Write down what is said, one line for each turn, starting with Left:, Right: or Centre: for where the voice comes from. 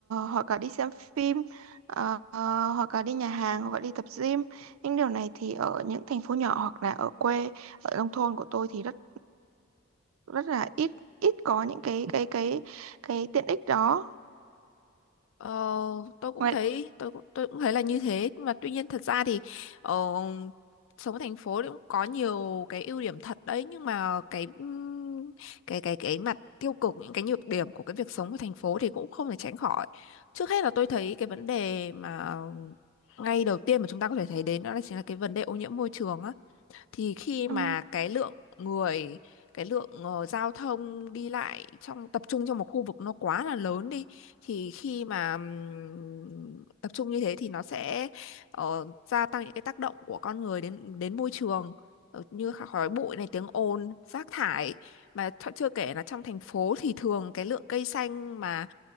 Right: hoặc là đi xem phim ờ, ờ, hoặc là đi nhà hàng hoặc là đi tập gym. Những điều này thì ở những thành phố nhỏ hoặc là ở quê ở nông thôn của tôi thì rất rất là ít ít có những cái cái cái cái tiện ích đó.
Left: Ờ, tôi cũng
Right: Ngoài
Left: thấy tôi cũng tôi cũng thấy là như thế nhưng mà tuy nhiên thật ra thì ờ, sống ở thành phố thì cũng có nhiều cái ưu điểm thật đấy nhưng mà cái ừm, cái cái cái mặt tiêu cực những cái nhược điểm của cái việc sống ở thành phố thì cũng không thể tránh khỏi trước hết là tôi thấy cái vấn đề mà ngay đầu tiên mà chúng ta có thể thấy đến đó là chính là cái vấn đề ô nhiễm môi trường á thì khi mà
Right: ừ,
Left: cái lượng người cái lượng ờ, giao thông đi lại trong tập trung trong một khu vực nó quá là lớn đi thì khi mà ừm, tập trung như thế thì nó sẽ ờ, gia tăng những cái tác động của con người đến đến môi trường Ờ, như khá- khói bụi này tiếng ồn rác thải mà th chưa kể là trong thành phố thì thường cái lượng cây xanh mà